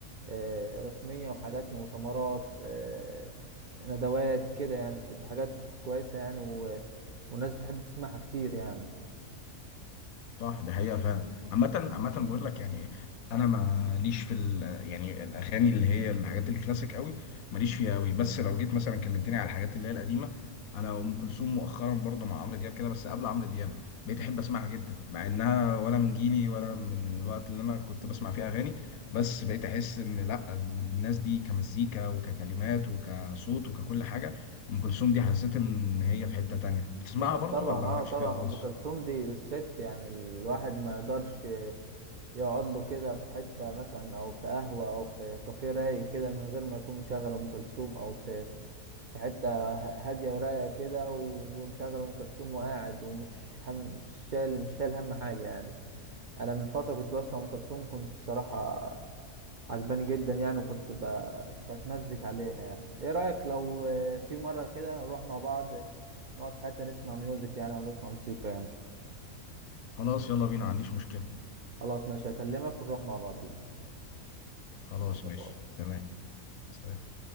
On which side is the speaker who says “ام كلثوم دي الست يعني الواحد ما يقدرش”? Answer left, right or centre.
Right